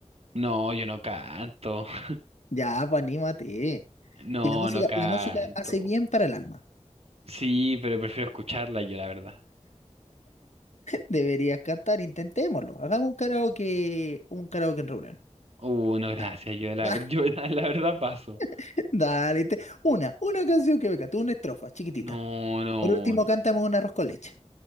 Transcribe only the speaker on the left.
Ya, pues anímate.
Si la música,
la música hace bien para el alma.
Deberías cantar, intentémoslo. Hagamos un karaoke, un karaoke en reunión.
Dale,
dale,
<laughs> dale. te- Una, una canción que me cante, una estrofa chiquitita.
Por último,
cántame un arroz con leche.